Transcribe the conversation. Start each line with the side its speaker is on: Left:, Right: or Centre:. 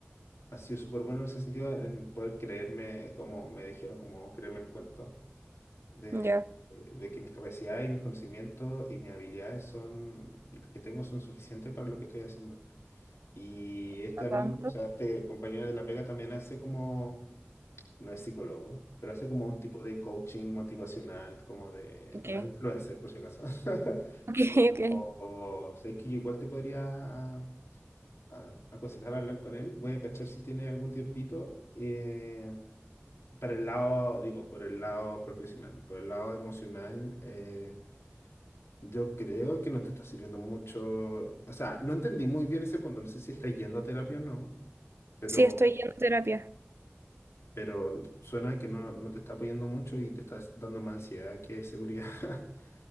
Left: ha sido súper bueno en ese sentido, en poder creerme, como me dijeron, como creerme el cuento, de,
Right: Ya.
Left: eh, de que mis capacidades y mis conocimientos y mis habilidades son, las que tengo son suficientes para lo que estoy haciendo. Y este
Right: Está
Left: amigo,
Right: tanto.
Left: o sea, este compañero de la pega también hace como, no es psicólogo, pero hace como un tipo de coaching motivacional, como de,
Right: Ok.
Left: no es influencer
Right: <laughs>
Left: por si acaso. <laughs>
Right: Ok, ok.
Left: O, o sé que igual te podría a- a- aconsejar hablar con él. Voy a cachar si tiene algún tiempito. eh, para el lado, digo, por el lado profesional, por el lado emocional, eh, yo creo que no te está sirviendo mucho. O sea, no entendí muy bien ese punto. No sé si estás yendo a terapia o no, pero...
Right: Sí, estoy yendo a terapia.
Left: pero suena que no, no te está apoyando mucho y te estás dando más ansiedad que seguridad. <laughs>